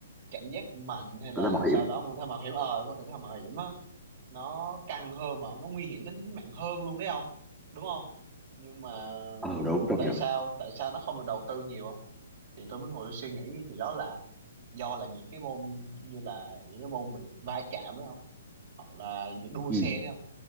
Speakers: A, on the right (about 55°); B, in the centre.
A: cảm giác mạnh hay là
B: tôi ta mạo
A: sau
B: hiểm
A: đó môn thể thao mạo hiểm ờ đúng không thể thao mạo hiểm á nó căng hơn mà nó nguy hiểm đến tính mạng hơn luôn đấy không đúng không nhưng mà
B: ờ đúng công
A: tại
B: nhận
A: sao tại sao nó không được đầu tư nhiều không thì tôi mới ngồi tôi suy nghĩ thì đó là do là những cái môn như là những cái môn mà va chạm đúng không hoặc là đua
B: ừ,
A: xe đúng không